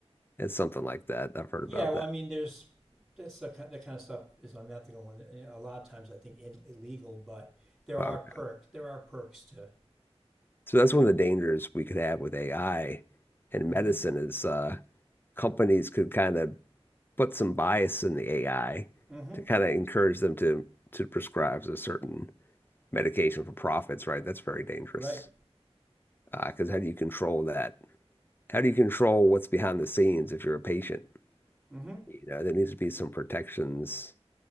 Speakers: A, on the left; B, in the centre.
A: It's something like that. I've heard
B: Yeah,
A: about
B: well,
A: that.
B: I mean, there's that's the kind, that kind of stuff is unethical and, and a lot of times I think in, illegal, but there are
A: Okay.
B: perk there are perks to
A: So that's
B: to
A: one of the dangers we could have with AI and
B: mm
A: medicine
B: hmm
A: is uh, companies could kind of put some bias in the AI
B: mm hmm
A: to kind of encourage them to to prescribe a certain medication for profits, right? That's very dangerous.
B: right
A: Because uh, how do you control that? How do you control what's behind the scenes if you're a patient?
B: mm hmm
A: You know, there needs to be some protections